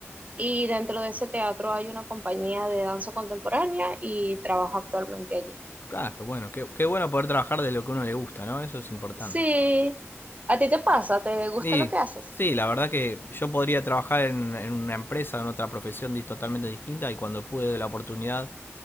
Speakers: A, on the right; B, on the left.
A: y dentro de ese teatro hay una compañía de danza contemporánea y trabajo actualmente allí.
B: Ah, qué bueno, qué, qué bueno poder trabajar de lo que a uno le gusta, ¿no? Eso es importante.
A: Sí, ¿a ti te pasa? ¿Te gusta
B: Y
A: lo que haces?
B: sí, la verdad que yo podría trabajar en, en una empresa, en otra profesión dis- totalmente distinta y cuando pude la oportunidad